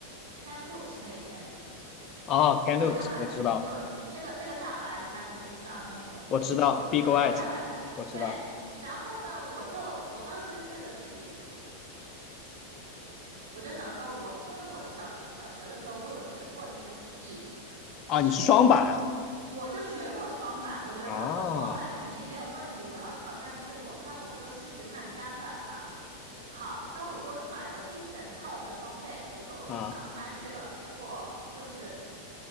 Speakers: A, on the right (about 60°); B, on the left (about 30°).
A: c a m l o o p s 那边。
B: 哦，Canoes，
A: 有一个很有那个那个大白山，
B: 我知道，
A: 我不知道你有没有听说过，
B: 我知道，Big
A: 有有一个大白山，
B: White，我知道。
A: 对。然后呢，我就我当时就觉得自己，我就想说我，因为我小学小学的时候我有学过这个 ski，
B: 啊，
A: 所以我
B: 你是双板啊？
A: 我就学过双板，我觉得我双板肯定没有问题，
B: 啊
A: 我要挑战自我，那我就试试看单板吧。好，那我就买了一整套的装备，我就上山去了。
B: 啊
A: 结果就是